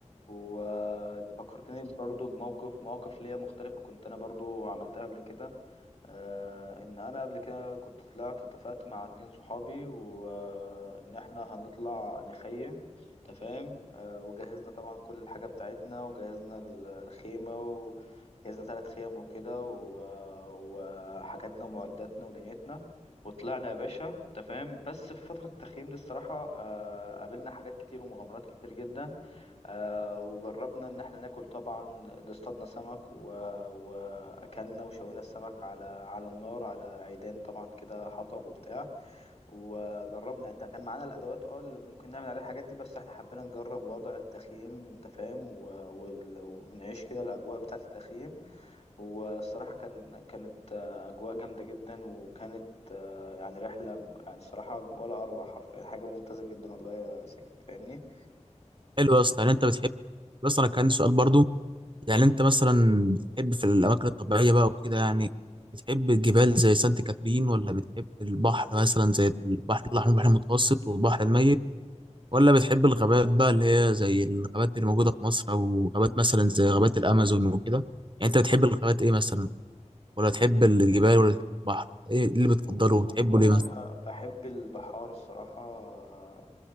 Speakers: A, on the left; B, on the right.
A: وانت فكرتني برضو بموقف مواقف ليا مختلفة كنت انا برضو عملتها قبل كده آه ان انا قبل كده كنت طلعت اتفقت مع اتنين صحابي وان احنا هنطلع نخيم تفاهم آه وجهزنا طبعا كل الحاجة بتاعتنا وجهزنا ال- الخيمة وجهزنا ثلاث خيم وكده و- وحاجاتنا ومعداتنا ودنيتنا وطلعنا يا باشا تفاهم بس في فترة التخييم دي الصراحة آه قابلنا حاجات كتير ومغامرات كتير جدا آه وجربنا ان احنا ناكل طبعا اصطادنا سمك و... واكلنا وشوينا السمك على على النار على عيدان طبعا كده حطب وبتاع وجربنا انت كان معانا الادوات اه اللي ممكن نعمل عليها الحاجات دي بس احنا حبينا نجرب وضع التخييم انت فاهم و... وال- ونعيش كده الاجواء بتاعه التخييم والصراحه كان كانت آه، اجواء جامده جدا وكانت آه، يعني رحله يعني الصراحه ولا اروع حرفيا حاجه ممتازه جدا والله يا ساجد فاهمني
B: حلو يا اسطى يعني انت بتحب بس انا كان عندي سؤال برضو يعني انت مثلا بتحب في الاماكن الطبيعيه بقى وكده يعني بتحب الجبال زي سانت كاترين ولا بتحب البحر مثلا زي البحر الاحمر البحر المتوسط والبحر الميت ولا بتحب الغابات بقى اللي هي زي الغابات اللي موجوده في مصر او غابات مثلا زي غابات الامازون وكده يعني انت بتحب الغابات ايه مثلا ولا تحب الجبال ولا تحب البحر ايه اللي بتفضله
A: والله
B: وبتحبه ليه مثلا
A: أنا بحب البحار الصراحة آه،